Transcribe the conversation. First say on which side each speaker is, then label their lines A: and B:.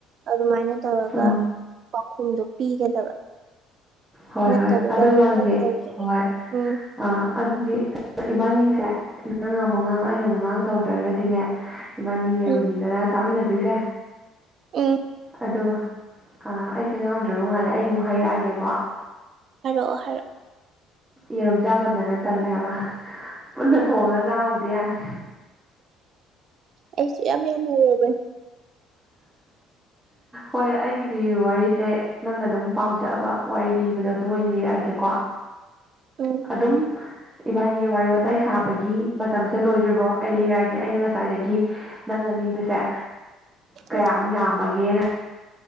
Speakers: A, on the right; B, on the right.
A: ꯑꯗꯨꯃꯥꯏꯅ ꯇꯧꯔꯒ
B: ꯎꯝ
A: ꯄꯥꯎꯈꯨꯝꯗꯣ ꯄꯤꯒꯗꯕ
B: ꯍꯣꯏ
A: ꯅꯠꯇꯕꯤꯗ
B: ꯍꯣꯏ ꯑꯗꯣ ꯏꯃꯥꯟꯅꯕꯤ
A: ꯋꯥꯍꯪ ꯍꯪꯉꯛꯑꯦ
B: ꯍꯣꯏ ꯍꯣꯏ
A: ꯎꯝ
B: ꯑꯥ ꯑꯗꯨꯗꯤ ꯏꯕꯥꯅꯤꯒꯤꯁꯦ ꯅꯪ ꯑꯃꯨꯛ ꯉꯥꯡ ꯑꯩꯅ ꯑꯃꯨꯛ ꯉꯥꯡ ꯇꯧ ꯌꯥꯠꯇ꯭ꯔꯒꯗꯤꯅꯦ ꯏꯕꯥꯅꯤ ꯌꯦꯔꯨꯝꯅꯤꯗꯅ
A: ꯎꯝ
B: ꯆꯥꯃꯤꯟꯅꯗꯣꯏꯁꯦ
A: ꯢ
B: ꯑꯗꯣ ꯑ ꯑꯩꯁꯦ ꯉꯥꯡꯗ꯭ꯔꯕ ꯃꯥꯜꯂꯦ ꯑꯩ ꯑꯃꯨꯛ ꯍꯥꯏꯔꯛꯑꯒꯦꯀꯣ
A: ꯍꯥꯏꯔꯛꯑꯣ ꯍꯥꯏꯔꯣ
B: ꯌꯦꯔꯨꯝ ꯆꯥꯃꯟꯗꯅ ꯇꯜꯂꯦ ꯍꯥꯏꯕ ꯄꯨꯟꯅ ꯊꯣꯡꯉꯒ ꯆꯥꯕꯕꯨꯗꯤ ꯌꯥꯅꯤ
A: ꯑꯩꯁꯨ ꯌꯥꯝ ꯌꯥꯝ ꯍꯧꯔꯕꯅꯤ
B: ꯍꯣꯏ ꯑꯩꯒꯤꯗꯤ ꯋꯥꯔꯤꯁꯦ ꯅꯪꯅ ꯑꯗꯨꯝ ꯄꯥꯝꯖꯕ ꯋꯥꯔꯤ ꯂꯤꯕꯗꯣ ꯑꯗꯨ ꯑꯣꯏꯅ ꯂꯤꯔꯛꯑꯒꯦꯀꯣ
A: ꯎꯝ
B: ꯑꯗꯨꯝ ꯏꯕꯥꯟꯅꯤꯒꯤ ꯋꯥꯔꯤ ꯋꯥꯇꯥꯏ ꯁꯥꯕꯒꯤ ꯃꯇꯝꯁꯦ ꯂꯣꯏꯗ꯭ꯔꯤꯕꯧ ꯑꯩ ꯂꯤꯔꯛ ꯑꯒꯦ ꯑꯩꯅ ꯉꯁꯥꯏꯗꯒꯤ ꯅꯪꯅ ꯂꯤꯕꯁꯦ ꯑ ꯀꯌꯥꯝ
A: ꯎꯝ
B: ꯌꯥꯝꯃꯒꯦꯅ